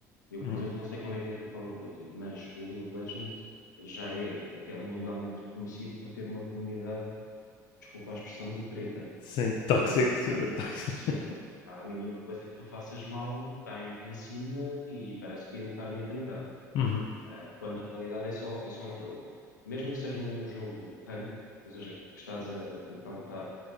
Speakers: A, on the left (about 90°); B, on the left (about 60°).
A: Eu,
B: Uhum.
A: por exemplo, não sei como é que é com o Call of Duty, mas o League of Legends já é até mundialmente reconhecido por ter uma comunidade, desculpa a expressão, de treta.
B: Sim, tóxico,
A: E é
B: super
A: à mínima,
B: tóxico.
A: sim, à mínima coisa que tu faças mal, caem-te em cima e parece que é o Karma e a Trindade.
B: Uhum,
A: Ah, quando na realidade é só, é só um jogo. Mesmo que seja um, um jogo ranked, ou seja, que estás a, a tentar lutar